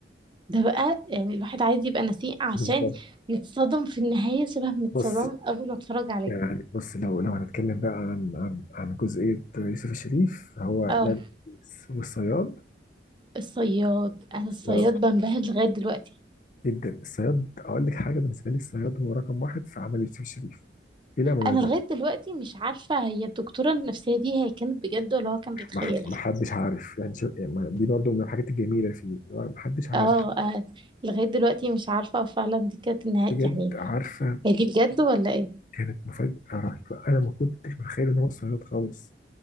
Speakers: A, on the right; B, on the left.
A: ده بقى يعني الواحد عايز يبقى نسيء عشان
B: بالظبط
A: يتصدم في النهاية شبه ما اتصدم
B: بص
A: أول ما اتفرج عليه
B: يعني بص لو لو هنتكلم بقى عن عن عن جزئية يوسف الشريف هو
A: اه
B: لا والصياد
A: الصياد أنا
B: الصياد
A: الصياد بنبهر لغاية دلوقتي
B: جدا الصياد اقول لك حاجه بالنسبه لي الصياد هو رقم واحد في عمل يوسف الشريف بلا منازع
A: أنا لغاية دلوقتي مش عارفة هي الدكتورة النفسية دي هي كانت بجد ولا هو كان بيتخيلها
B: ما ح- ما حدش عارف يعني شو يعني ما- دي برضو من الحاجات الجميله فيه إن هو ما حدش عارف
A: اه آه، لغاية دلوقتي مش عارفة فعلا دي كانت النهاية
B: بجد
A: يعني
B: عارفه
A: هي دي بجد ولا ايه
B: كانت مفاجاه رهيبه انا ما كنتش متخيل ان هو الصياد خالص